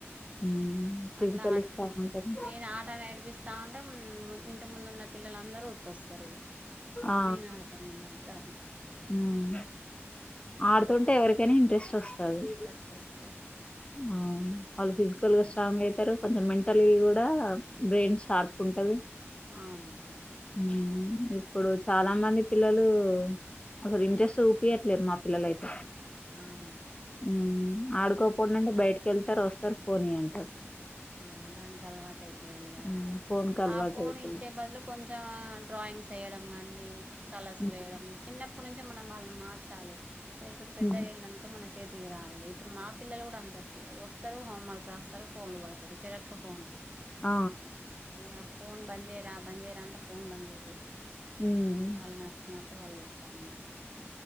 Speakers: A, on the left; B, on the right.
A: హ్మ్. ఫిజికల్లీ
B: అట్లా ఆడిపిస్
A: స్ట్రాంగ్ ఉంటారు.
B: నేను ఆట నేడిపిస్తాన్ టం ఇంతకు ముందు ఉన్న పిల్లలందరూ కోస్తారిగా
A: ఆ!
B: నేను ఆడతాను నేను ఆడు దాను
A: మ్మ్ ఆడుతుంటే
B: అట్లా
A: ఎవరికైనా ఇంట్రెస్ట్ వస్తది
B: ఇంట్రెస్ట్ వస్తది
A: ఆ వాళ్ల ఫీజ్ కల్ గ స్ట్రాంగ్ అయితారు కొంచెం మెంటలీ కూడా బ్రెయిన్ షార్ప్ ఉంటది
B: అవును
A: మ్మ్ ఇప్పుడు చాలా మంది పిల్లలు ఒకరు ఇంట్రెస్ట్ చూపియట్లేదు మా పిల్లలైతే
B: అవును
A: మ్మ్ ఆడుకోపోడనంటే బయటకి వెళ్ తరొస్తారు ఫోనీ అంటారు
B: ఆ దానికి అలవాటు అయిపోయాల కాటి
A: హ్మ్. ఫోన్‌కి అలవాటయిపోయింది.
B: ఆ ఫోన్ ఇచ్చే బదులు కొంచెం డ్రాయింగ్స్ చేయడం గానీ కలస్
A: హ్మ్.
B: వేయడం చిన్నప్పటి నుంచ్ మనం వాళ్లు మార్చాలి లేకపోతే పెద్దయేళ్ళనుకో
A: హ్మ్.
B: మన చే తిగరాదిగా ఇప్పుడు మా పిల్లలు కూడా అంతే వస్తారు హోమ్వర్క్ రాస్తారు ఫోన్లు పడత్ తరు చెరొక్కొ ఫోను
A: ఆ
B: ఇగ ఫోన్ బంద్ చేయరా బంద్ చేయరా అంటే ఫోన్ బంద్ చేయరు
A: హ్మ్
B: వాళ్ళగచ్చినట్ టవాలు చేస్త ఉండ్రి